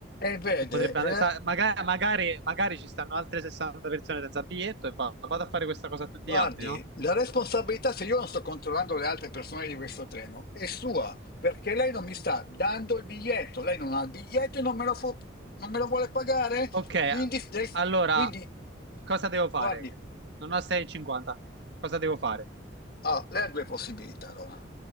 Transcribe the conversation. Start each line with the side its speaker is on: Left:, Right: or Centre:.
Left: E vede,
Right: e potrebbe andare...
Left: eh,
Right: sa- maga- magari, magari ci stanno altre 60 persone senza biglietto e va- vado a fare questa cosa a tutti
Left: Guardi,
Right: gli altri, no?
Left: la responsabilità, se io non sto controllando le altre persone di questo treno, è sua, perché lei non mi sta dando il biglietto, lei non ha il biglietto e non me lo, fu- non me lo vuole pagare,
Right: Ok,
Left: quindi, lei-
Right: allora,
Left: quindi
Right: cosa devo fare?
Left: guardi,
Right: Non ho 6,50. Cosa devo fare?
Left: ah, lei ha due possibilità allora.